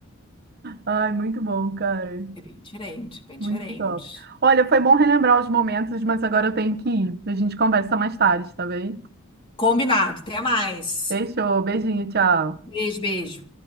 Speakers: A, on the right (about 50°); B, on the left (about 25°).
A: Ai, muito bom, cara.
B: É bem diferente, bem
A: Muito
B: diferente.
A: top. Olha, foi bom relembrar os momentos, mas agora eu tenho que ir. A gente conversa mais tarde, tá bem?
B: Combinado, até mais.
A: Fechou, beijinho, tchau.
B: Beijo, beijo.